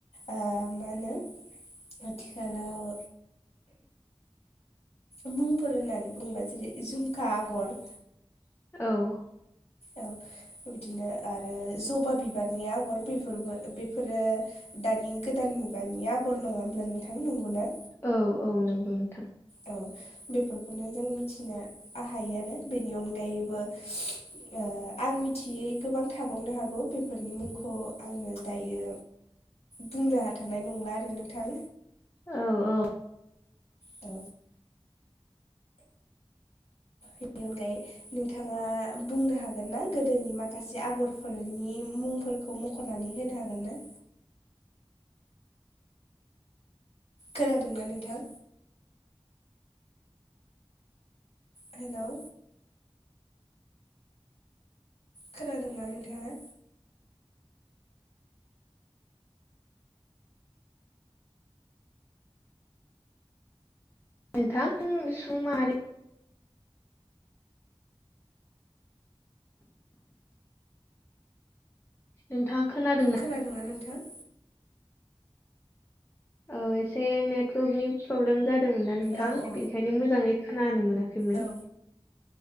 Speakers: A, on the left; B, on the left.
A: ओ मा होनो आथिखालाव मुंफोर होननानै बुङोबा जेरै झुमखा आगर
B: औ
A: औ बिब्दिनो आरो जबा बिबारनि आगर बेफोरबो बेफोरो दानि गोदान मुगानि आगर नङा होमब्ला नोंथां नंगौना?
B: औ औ नंगौ नोंथां।
A: औ बेफोरखौनो जों मिथिनो हायो आरो बेनि अनगायैबो ओ आं मिथियै गोबां थाबावनो हागौ बेफोरनि मुंखौ आङो दायो बुंनो हाथ'नाय नंला आरो नोंथां।
B: औ औ।
A: औ बिनि अनगायै नोंथाङा बुंनो हागोन ना गोदोनि माखासे आगरफोरनि मुंफोरखौ मख ख'नानै होनो हागोन ना? खोनादोंना नोंथां? हेलौ खोनादोंना नोंथाङा?
B: नोंथां सुं माहारि नोंथाङा खोनादों ना?
A: खोनादोंना नोंथां?
B: ओ एसे नेट टवर्क प्रब्लेम जादोंमोनना नोंथां
A: औ औ
B: बेनिखायनो मोजाङै खोनानो मोनाखैमोन।
A: औ